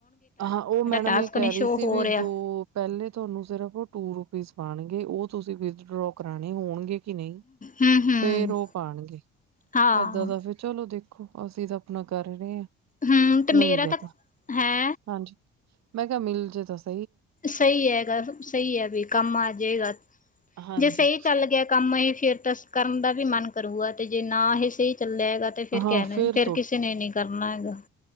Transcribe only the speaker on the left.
ਟਾਸਕ
ਨੀ
ਸ਼ੋਅ
ਹੋ
ਰਿਹਾ।
ਹੂੰ-ਹੂੰ
ਹਾਂ
ਹਮ ਤੇ ਮੇਰਾ
ਤਾਂ ਹੈ
ਸਹੀ ਹੈਗਾ ਸਹੀ ਹੈ ਵੀ ਕੰਮ ਆ ਜਾਏਗਾ।
ਜੇ ਸਹੀ ਚੱਲ ਗਿਆ ਕੰਮ ਹੀ ਫਿਰ ਤਾਂ ਕਰਨ ਦਾ ਵੀ ਮਨ ਕਰੂਗਾ ਤੇ ਜੇ ਨਾ ਇਹ ਸਹੀ ਚੱਲਿਆ ਤੇ ਫਿਰ
ਕਹਿਣਾ
ਫਿਰ ਕਿਸੇ ਨੇ ਨੀ ਕਰਨਾ ਹੈਗਾ।